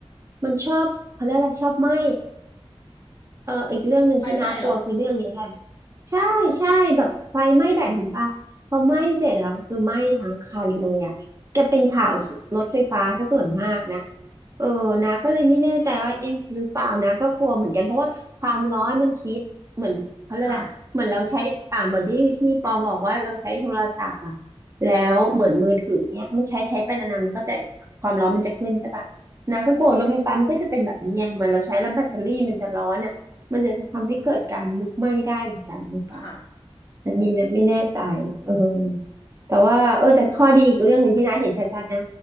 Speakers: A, on the right (about 30°); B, on the left (about 40°).
A: มันชอบเขาเรียกอะไรชอบไหม้ เอออีกเรื่องหนึ่งที่น่ากลัวคือเรื่องนี้แหละ
B: ไฟไหม้เหรอ
A: ใช่ใช่แบบไฟไหม้แบตเห็นปะพอไหม้เสร็จอะคือไหม้ทั้งคันเลยอะจะเป็นข่าวรถไฟฟ้าซะส่วนมากนะเออนะก็เลยไม่แน่ใจว่าเอ๊ะหรือเปล่านะก็กลัวเหมือนกันเพราะว่าความร้อนมันฮิตเหมือนเขาเรียกอะไรเหมือนเราใช้อ่าเหมือนที่ที่ปอบอกว่าเราใช้โทรศัพท์อะ
B: ค่ะ
A: แล้วเหมือนมือถือเนี้ยมันใช้ใช้ไปนานๆมันก็จะความร้อนมันจะขึ้นใช่ปะนะก็กลัวรถไฟฟ้ามันก็จะเป็นแบบนี้ไงเหมือนเราใช้แล้วแบตเตอรี่มันจะร้อนอะ มันจะทำให้เกิดการลุกไหม้ได้เหมือนกันหรือเปล่า
B: ค่ะ
A: อันนี้เนะไม่แน่ใจเออแต่ว่าเออแต่ข้อดีอีกเรื่องหนึ่งที่น้าเห็นชัดๆนะ